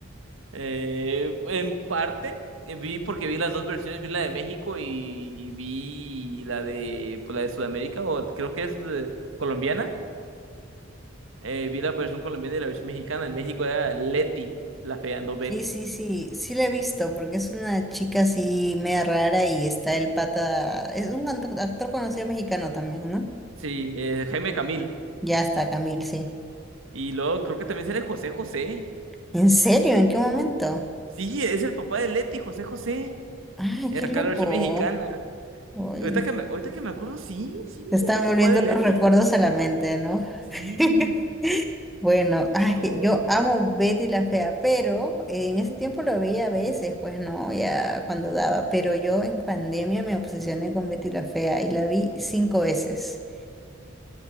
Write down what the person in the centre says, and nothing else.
Sí, sí, sí, sí la he visto, porque es una chica así media rara y está el pata, es un anto- actor conocido mexicano también, ¿no?
Ya está, Camil, sí.
¿En serio? ¿En qué momento?
Ay,
qué
loco.
Uy,
te están
volviendo
los recuerdos a la mente, ¿no?
<laughs> Bueno, ay,
que yo amo Betty la Fea, pero en ese tiempo lo veía a veces, pues no, ya cuando daba, pero yo en pandemia me obsesioné con Betty la Fea y la vi cinco veces.